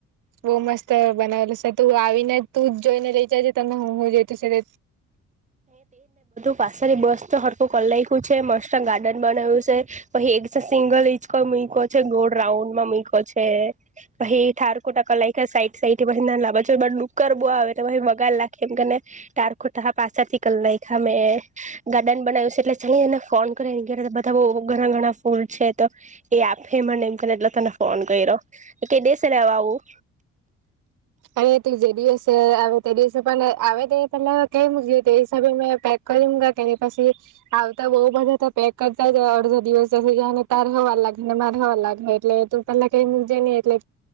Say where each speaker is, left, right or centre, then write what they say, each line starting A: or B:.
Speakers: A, on the right (about 90°); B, on the right (about 25°).
A: બહ મસ્ત બનાવેલ છે તું આવીને તું જ જોઈને રઈ જજે. હો હો જઈ તોશે.
B: પાછની બસ તો હડકુ કર નાયખું છે મસ્ત ગાર્ડન બનાવ્યું છે પછી એક સિંગલ હિંચકોય મુ મ છે ગોળ રાઉન્ડમાં મૂયકો છે પછ <unintelligible> પછી ડુકર બવ આવે તો પછી બગાડ નાખે. કેમ કે એને ટારખુટા પાછા થી કર નાયખામેં ગાર્ડન બનાવ્યું છે એટલે જલ્દી એને ફોન બધા બ ઘણા ઘણા ફૂલ છે તો એ આપે મને એમ કરીને એટલે તને ફોન કર્યો. કે દસર વા આવું.
A: અ તે જે દિવસ છે તે દીવસે પણ એ આવે પેલા ક મુકી તે હિસાબે મેં પેક કરી કેની પછી આવતા બઉ બધા તો પેક કરતાય અડધો દિવસ જને તાર હોવા લાગે ને માર હોવા લાગે એટલે તું પલા કઈ મજેહીઈ એટલે